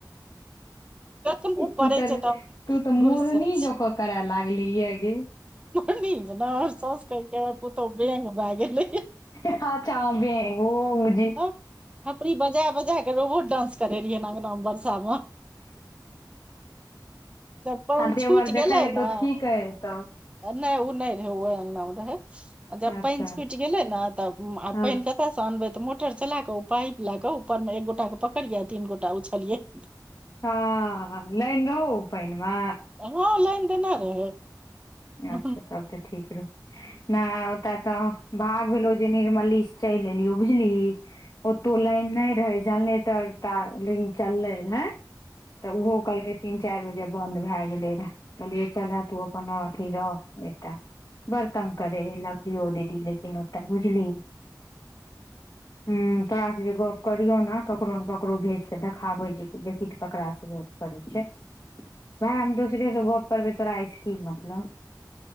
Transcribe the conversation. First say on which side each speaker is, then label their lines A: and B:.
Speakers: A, on the right; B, on the left.
A: कतनो पड़ै
B: तू तऽ
A: छै हम
B: तू तऽ मोरनी
A: घुसि जाइ
B: जकाँ करै लागली यै गे
A: को नज न वर सस कै क पूतौ वङंग भागे लै
B: हँ आचआ ओग <unintelligible>
A: सब थोपड़ी बजा बजा क रोबहो डानंस करे रहियै ने अंगना मे बरसा मे जब पानि
B: आ देवर
A: छुटि
B: देखे
A: गेलै
B: हेतौ
A: ने
B: तऽ की कहै हेतौ
A: नहि ओ नहि रहे ओ अंगना मे रहै जब
B: अच्छा
A: पानि छुटि गेले ने तब आ
B: हँ
A: पानि केत स अनबै तऽ मोटर चला के पाइप ल कऽ ऊपर मे एक गोटा के पकड़ियै आ तीन गोटा उछलिये <inaudible>
B: हँ लाइन रहौ ओइ पानि मे
A: हँ लाइन तना रहै आ
B: अच्छा तब तऽ ठीक रहौ नहि ओतऽ तऽ भाग भेलो जे निर्मली से चलि एलियो बुझली ओतौ लाइन नहि रहै जानल तर तटा लेकिन चललै रहे तऽ ओहो कहलकै तीन चारि बजे बंन्द भए गेलै रहे कहलियै चल तू अपन अ धीरो एकटा बर तंग करे रहे लभलियो दीदी लेकिन ओतऽ बुझली हँ तोरासँ जे गप करियौ ने ककरो ने ककरो भेज कऽ देखाबै जे देखीऽ ककरासँ गप करै छै
A: <inaudible>
B: भाय हम दोसरे से गप करबै तोरा अइ सऽ की मतलब